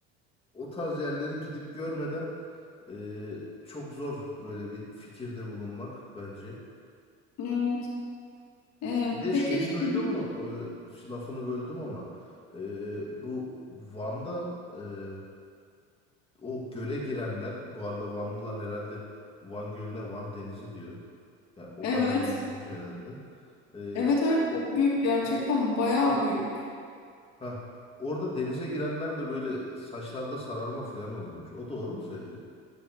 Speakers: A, on the left; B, on the left.
A: o tarz yerleri gidip görmeden e, çok zor böyle bir fikirde bulunmak bence.
B: Evet. Ee,
A: Bir de
B: peki
A: şeyi duydun
B: <laughs>
A: mu? Ee, lafını böldüm ama ee, bu Van'da ee, o göle girenler bu arada Vanlılar herhalde Van Gölü'ne Van Denizi diyor. Yani o
B: evet.
A: kadar büyütmüş herhalde. Ee,
B: Evet evet
A: o
B: çok büyük gerçekten bayağı büyük.
A: ha orada denize girenler de böyle saçlarda sararma falan oluyormuş. O doğru mu sacı?